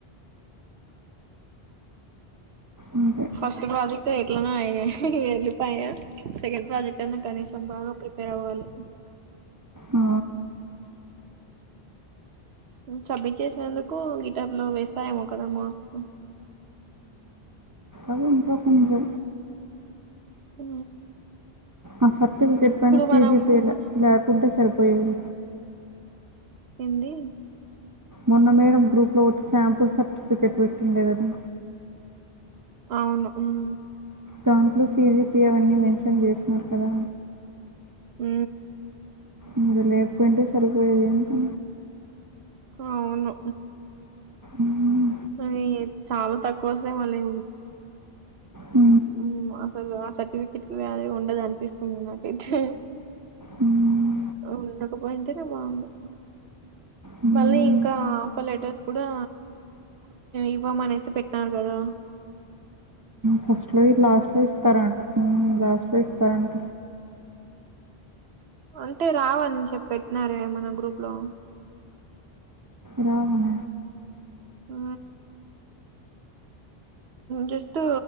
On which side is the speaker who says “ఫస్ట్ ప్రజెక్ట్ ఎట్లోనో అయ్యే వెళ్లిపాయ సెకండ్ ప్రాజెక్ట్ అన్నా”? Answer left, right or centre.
Right